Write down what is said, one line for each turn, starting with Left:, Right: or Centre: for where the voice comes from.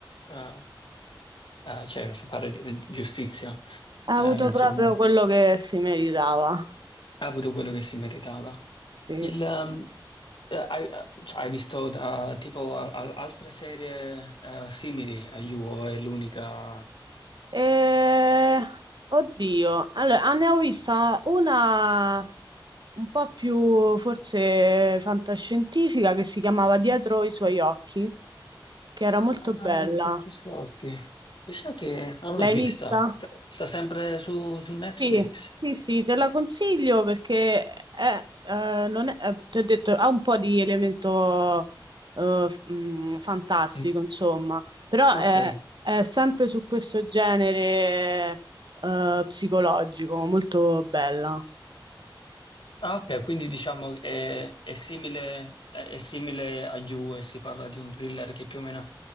Left: eh, eh, cioè per fare di- giustizia,
Right: avuto
Left: eh, insomma,
Right: proprio quello che si meritava.
Left: ha avuto quello che si meritava.
Right: Sì.
Left: Il, ehm, eh, hai, eh, cioè, hai visto eh, tipo al- al- altre serie eh, simili a You o è l'unica
Right: E... Oddio, allora, ah, ne ho vista una un po' più forse fantascientifica che si chiamava Dietro i suoi occhi, che era molto
Left: Ah,
Right: bella.
Left: Dirty Scotti. Mi sa che non
Right: L'hai
Left: l'ho vista.
Right: vista?
Left: Sta, sta sempre su, su Netflix.
Right: Sì, sì, sì, te la consiglio perché è, eh, non è, eh, ti ho detto, ha un po' di elemento eh, f- mh, fantastico,
Left: Mm,
Right: insomma, però
Left: Ok.
Right: è, è sempre su questo genere eh, psicologico, molto bella.
Left: Ah, ok, quindi diciamo che è, è simile, è, è simile a You e si parla di un thriller che più o meno